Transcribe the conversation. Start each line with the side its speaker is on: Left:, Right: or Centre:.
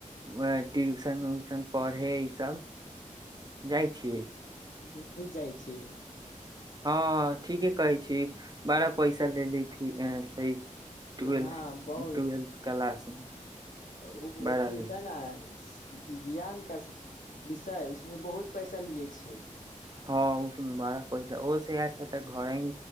Right: अ ट्यूशन उ्यशन पढ़े ई सब जाइ छीय
Left: नहि जाइ छी हम
Right: हँ ठीके कहै छी बारह पैसा लेी छै ट्वेल्थ
Left: हँ बहु
Right: ट्वेल्थ क्लास मे
Left: ओ
Right: बड़ा
Left: अथ हो
Right: ह
Left: त ने विज्ञान क विषय उसमे बहुत पैसा लियए छै
Right: हँ उस बारा पैसा ओसछा तऽ घरे ही